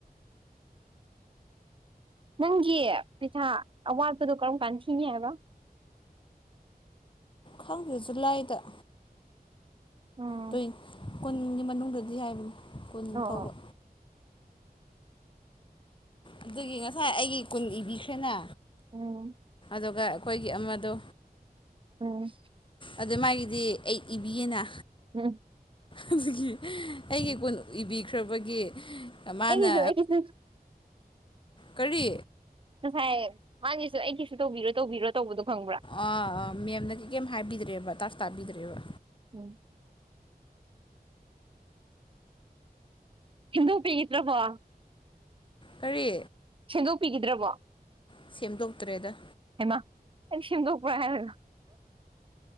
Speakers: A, on the right (about 35°); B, on the left (about 30°).
A: ꯅꯪꯒꯤ ꯄꯤꯁꯥ ꯑꯋꯥꯠꯄꯗꯣ ꯀꯔꯝ ꯀꯥꯟ ꯊꯤꯅꯤ ꯍꯥꯏꯕ <inaudible>
B: ꯈꯪꯗꯦ ꯖꯨꯂꯥꯏꯗ
A: ꯎꯝ
B: ꯇ꯭ꯋꯤꯟ ꯀꯨꯟꯒꯤ ꯃꯅꯨꯡꯗꯗꯤ ꯍꯥꯏꯕꯅꯦ ꯀꯨꯟ
A: ꯑꯣ
B: ꯐꯥꯎꯕ ꯑꯗꯨꯒꯤ ꯉꯁꯥꯏ ꯑꯩꯒꯤ ꯀꯨꯟ ꯏꯕꯤꯈ꯭ꯔꯦꯅ
A: ꯎꯝ
B: ꯑꯗꯨꯒ ꯑꯩꯈꯣꯏꯒꯤ ꯑꯃꯗꯣ
A: ꯎꯝ
B: ꯑꯗꯨ ꯃꯥꯒꯤꯗꯤ ꯑꯩ ꯏꯕꯤꯌꯦꯅ
A: ꯎꯝ
B: ꯑꯗꯨꯒꯤ ꯑꯩꯒꯤ ꯀꯨꯟ ꯏꯕꯤꯈ꯭ꯔꯕꯒꯤ ꯃꯥꯅ
A: ꯑꯩꯒꯤꯁꯨ ꯑꯩꯒꯤꯁꯨ
B: ꯀꯔꯤ
A: ꯉꯁꯥꯏ ꯃꯥꯒꯤꯁꯨ ꯑꯩꯒꯤꯁꯨ ꯇꯧꯕꯤꯔꯣ ꯇꯧꯕꯤꯔꯣ ꯇꯧꯕꯗꯣ ꯈꯪꯕ꯭ꯔꯥ
B: ꯑꯥ ꯃꯦꯝꯅꯗꯤ ꯀꯩꯝ ꯍꯥꯏꯕꯤꯗ꯭ꯔꯦꯕ ꯇꯥꯁꯨ ꯇꯥꯕꯤꯗ꯭ꯔꯦꯕ
A: ꯎꯝ <inaudible> ꯁꯦꯝꯗꯣꯛ ꯄꯤꯒꯤꯗ꯭ꯔꯕꯣ
B: ꯀꯔꯤ
A: ꯁꯦꯝꯗꯣꯛ ꯄꯤꯒꯤꯗ꯭ꯔꯕꯣ
B: ꯁꯦꯝꯗꯦꯛ ꯇ꯭ꯔꯦꯗ
A: ꯃꯥ ꯑꯩ ꯁꯦꯝꯗꯣꯛꯄ꯭ꯔ ꯍꯥꯏꯔꯒ